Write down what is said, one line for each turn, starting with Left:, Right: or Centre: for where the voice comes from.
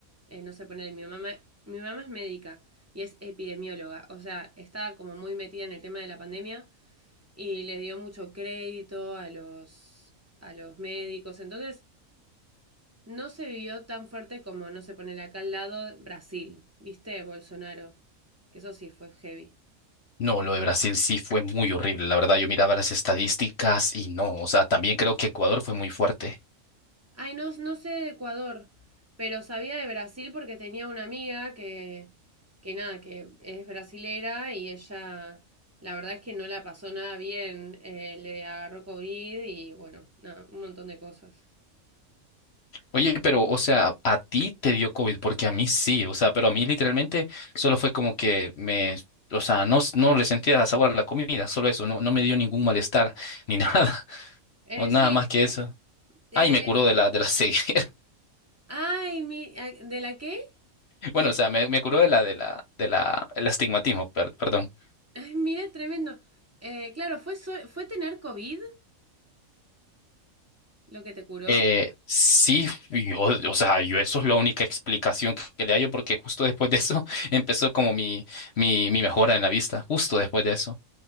Right: eh, no sé, poner mi mamá, mi mamá es médica y es epidemióloga, o sea, estaba como muy metida en el tema de la pandemia y le dio mucho crédito a los, a los médicos, entonces no se vivió tan fuerte como, no se pone acá al lado Brasil, ¿viste? Bolsonaro, que eso sí fue heavy.
Left: No, lo de Brasil sí fue muy horrible, la verdad. Yo miraba las estadísticas y no, o sea, también creo que Ecuador fue muy fuerte.
Right: Ay, no, no sé de Ecuador, pero sabía de Brasil porque tenía una amiga que, que nada, que es brasilera y ella, la verdad es que no la pasó nada bien, eh, le agarró COVID y bueno, nada, un montón de cosas.
Left: Oye, pero, o sea, a ti te dio COVID, porque a mí sí, o sea, pero a mí literalmente solo fue como que me, o sea, no, s- no le sentía sabor a la comida, solo eso, no, no me dio ningún malestar ni <laughs> nada,
Right: Eh,
Left: o nada
Right: sí,
Left: más que eso.
Right: eh,
Left: Ay, me curó de la, de la ceguera.
Right: ay, mi, ah, ¿de la qué?
Left: <laughs> Bueno, o sea, me, me curó de la, de la, de la, el astigmatismo, per- perdón.
Right: Ay, mira, tremendo. Eh, claro, fue, so- fue tener COVID lo que te curó.
Left: Eh, sí, yo, o sea, yo eso es la única explicación que, que le hallo, porque justo después de eso <laughs> empezó como mi, mi, mi mejora en la vista, justo después de eso.